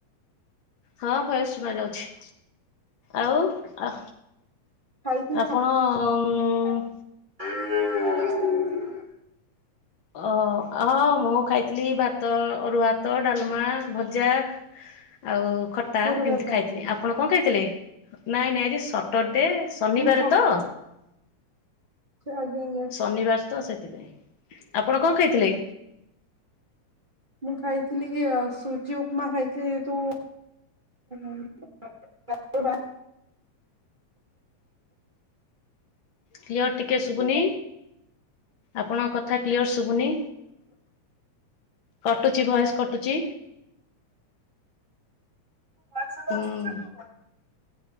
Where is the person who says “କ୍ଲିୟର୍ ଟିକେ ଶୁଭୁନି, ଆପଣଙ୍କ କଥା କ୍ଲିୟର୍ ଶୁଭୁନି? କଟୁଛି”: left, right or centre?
Left